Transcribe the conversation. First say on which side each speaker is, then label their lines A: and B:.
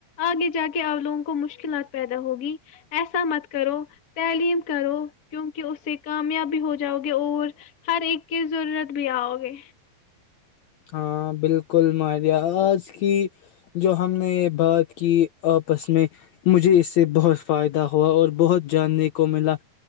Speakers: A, on the left (about 55°); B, on the left (about 85°).
A: آگے جا کے اپ لوگوں کو مشکلات پیدا ہوگی ایسا مت کرو تعلیم کرو کیونکہ اس سے کامیابی ہو جاؤ گے اور ہر ایک کی ضرورت بھی آؤ گے
B: ہاں بالکل مارہ آج کی جو ہم نے یہ بات کی آپس میں مجھے اس سے بہت فائدہ ہوا اور بہت جاننے کو ملا